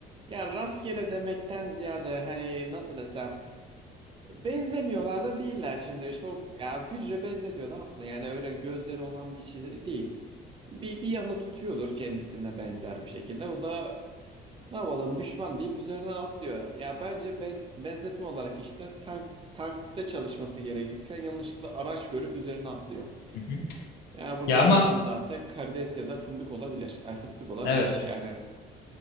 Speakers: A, on the right (about 30°); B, on the left (about 80°).
A: Ya rastgele demekten ziyade hani nasıl desem Benzemiyorlar da değiller şimdi. Çok ya hücre benzetiyor ne yapsın? Yani öyle gözleri olan bir şey değil. Bir, bir yana tutuyordur kendisine benzer bir şekilde. O da ne yapalım düşman deyip üzerine atlıyor. Ya bence benz- benzetme olarak işte tank tankta çalışması gerekirken yanlışlıkla araç görüp üzerine atlıyor.
B: Hı hı.
A: Ya burada
B: Ya ama
A: aracımız artık karides ya da fındık olabilir. Ay fıstık olabilir.
B: evet
A: Yani